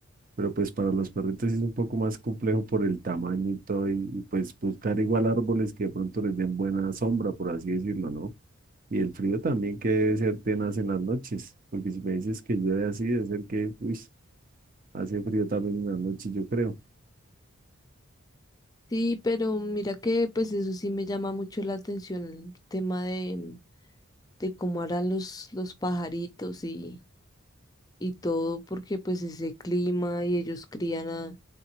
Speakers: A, on the right; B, on the left.
A: Pero pues para los perritos sí es un poco más complejo por el tamaño y todo y, y, pues buscar igual árboles que de pronto les den buena sombra, por así decirlo, ¿no? Y el frío también que debe ser tenaz en las noches, porque si me dices que llueve así, debe ser que, uy, hace frío también en las noches, yo creo.
B: Sí, pero mira que pues eso sí me llama mucho la atención, el tema de, de cómo harán los, los pajaritos y, y todo, porque pues ese clima y ellos crían a,